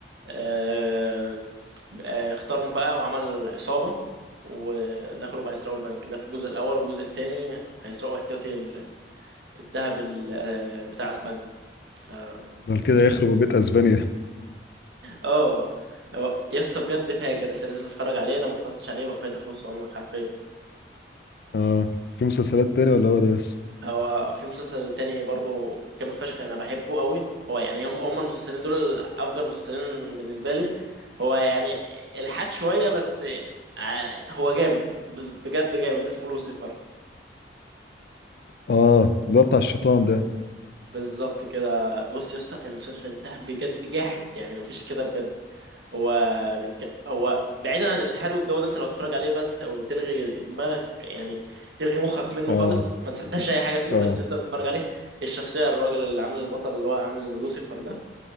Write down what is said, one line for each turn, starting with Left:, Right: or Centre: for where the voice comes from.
Right: آه، آه، اختارهم بقى وعمل عصابة ودخلوا بقى يسرقوا البنك ده في الجزء الأول والجزء التاني هيسرقوا احتياطي ال- الذهب ال- آه، بتاع أسبانيا فجامد
Left: ده كده يخرب بيت اسبانيا
Right: اه هو- يا اسطى بجد فاجر انت لازم تتفرج عليه لو ما اتفرجتش عليه يبقى فايتك نص عمرك حرفيا
Left: اه في مسلسلات تاني ولا هو ده بس
Right: هو في مسلسل تاني برضو جامد فشخ انا بحبه قوي هو يعني هم هم المسلسلين دول افجر مسلسلين بالنسبه لي هو يعني الحاد شويه بس ع- هو جامد ب- بجد جامد اسمه لوسيفر
Left: اه اللي هو بتاع الشيطان ده
Right: بالظبط كده بص يا اسطى المسلسل ده بجد جاحد يعني مفيش كده بجد هو بك... هو بعيدا عن الالحاد والجو ده انت لو تتفرج عليه بس او تلغي دماغك يعني تلغي مخك منه
Left: اه
Right: خالص ما تصدقش اي حاجه فيه
Left: اه
Right: بس انت تتفرج عليه الشخصيه الراجل اللي عامل البطل اللي هو عامل لوسيفر ده